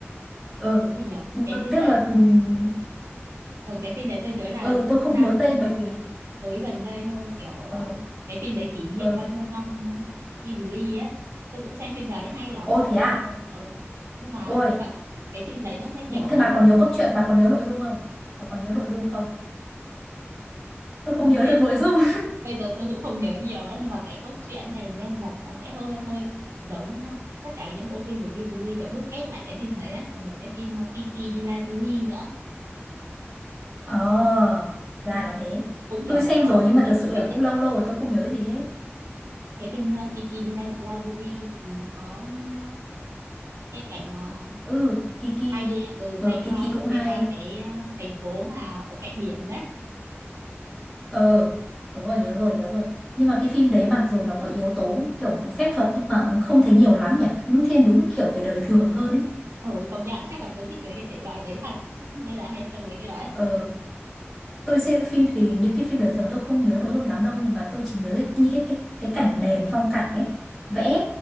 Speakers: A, in the centre; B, on the right.
A: ờ
B: cái gì nhở
A: ừ.
B: Cái phim
A: tiếc
B: đấy,
A: là ừm,
B: ờ, cái phim đấy tôi nhớ là
A: ờ tôi
B: cũng
A: không
B: ra
A: nhớ tên bởi vì
B: mới gần đây thôi, kiểu ờ,
A: ờ
B: cái phim đấy kỷ niệm
A: ờ
B: bao nhiêu năm Ghibli ấy. Tôi cũng xem phim đấy hay lắm.
A: ô thế à
B: Nhưng ờ, nhưng mà
A: ôi
B: nhưng mà cái phim đấy nó sẽ kiểu
A: thế
B: ờ,
A: bà còn nhớ cốt truyện bà còn nhớ nội dung không bà còn nhớ nội dung không tôi không nhớ
B: Đây,
A: được nội dung
B: bây giờ tôi cũng không nhớ nhiều nữa nhưng mà cái cốt truyện hay là nhân vật nó sẽ hơi hơi giống ờ, tất cả những bộ phim của Ghibli kiểu đúc kết lại cái phim đấy á nó giống cái phim ờ, Kiki đi library nữa
A: ờ ra
B: Ừ,
A: là thế
B: cũng kiểu
A: tôi xem
B: có
A: rồi nhưng
B: cô
A: mà
B: bé
A: thật
B: phù
A: sự
B: thủy
A: là cũng lâu lâu rồi tôi không nhớ gì hết
B: cái phim ờ, Kiki đi Li- library thì nó có ờ, cái cảnh mà
A: ừ Kiki
B: bay ở
A: ừ
B: bay
A: Kiki
B: qua
A: cũng
B: bay
A: hay
B: qua cái ờ, thành phố mà ở cạnh biển đấy
A: ờ đúng rồi nhớ rồi nhớ rồi nhưng mà cái phim đấy mặc dù nó có yếu tố kiểu phép thuật nhưng mà cũng không thấy nhiều lắm nhỉ Nó thiên đúng là kiểu về đời thường hơn ý
B: ở công nhận chắc là tôi thích về cái thể loại đấy thật <laughs> nên là hay xem mấy cái đấy
A: ờ tôi xem phim thì những cái phim đời thường tôi không nhớ nội dung lắm đâu nhưng mà tôi chỉ nhớ cái, những cái cái cái cảnh nền phong cảnh ấy vẽ